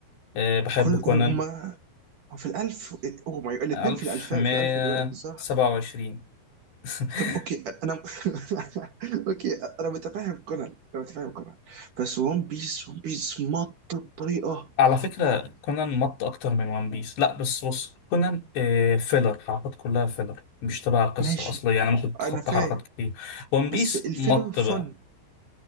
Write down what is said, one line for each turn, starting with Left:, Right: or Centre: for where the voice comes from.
Left: آه، بحب
Right: كل
Left: كونان
Right: هما في الالف او ماي الاثنين
Left: 1127
Right: في الالفاء في الالف دلوقتي صح
Left: <laughs>
Right: طب اوكي انا <laughs> اوكي انا متفاهم كونان انا متفاهم كونان بس ون بيس ون بيس مط بطريقه
Left: على فكره كونان مط اكتر من ون بيس لا بس بص كونان آه، فيلر حلقات كلها فيلر مش تبع القصه
Right: ماشي
Left: الاصليه يعني ممكن تتخطى
Right: انا فاهم
Left: حلقات كتير ون بيس
Right: بس الفيلر
Left: مط
Right: فن
Left: بقى